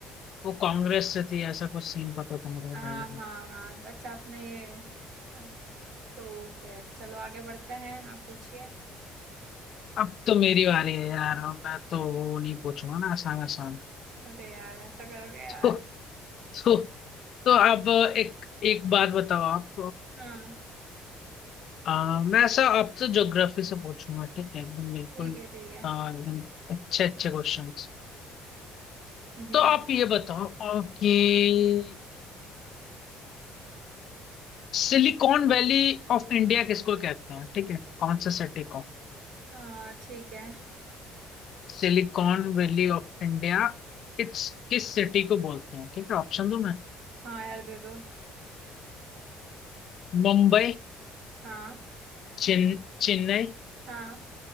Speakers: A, on the left (about 55°); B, on the right (about 70°).
A: वो कांग्रेस से थी ऐसा कुछ सीन पता था मेरे को
B: हाँ
A: पहले से
B: हाँ हाँ तो अच्छा आपने ये हाँ, तो फिर चलो आगे बढ़ते हैं आप पूछिए
A: अब तो मेरी बारी है यार अब मैं तो वो नहीं पूछूंगा ना आसान आसान
B: अरे यार ऐसा करोगे यार
A: तो तो तो अब एक एक बात बताओ आप
B: हाँ
A: अ, अ, मैं ऐसा आपसे ज्योग्राफी से पूछूंगा ठीक है एकदम बिल्कुल
B: ठीक है ठीक है
A: अ, एकदम अच्छे अच्छे क्वेश्चंस
B: जी
A: तो आप ये बताओ अ, कि सिलिकॉन वैली ऑफ इंडिया किसको कहते हैं ठीक है कौन से सिटी को
B: आ ठीक है
A: सिलिकॉन वैली ऑफ इंडिया किस किस सिटी को बोलते हैं ठीक है ऑप्शन दो मैं
B: हाँ यार दे दो
A: मुंबई
B: हाँ
A: चेन- चेन्नई
B: हाँ